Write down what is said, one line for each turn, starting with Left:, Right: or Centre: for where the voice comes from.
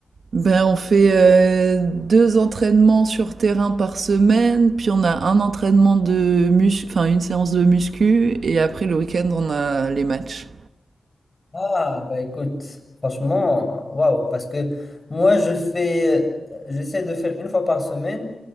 Right: Ben on fait euh, deux entraînements sur terrain par semaine, puis on a un entraînement de muscu, enfin une séance de muscu, et après le week-end on a les matchs.
Left: Ah, bah écoute, franchement, waouh, parce que moi, je fais, euh, j'essaie de faire une fois par semaine.